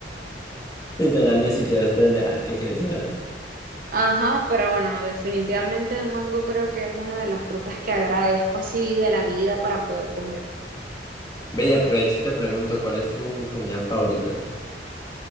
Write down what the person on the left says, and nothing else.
Literal, ni siquiera ustedes dejaban que crecieran.
Ve, y aprovecho y te pregunto, ¿cuál es tu comida favorita?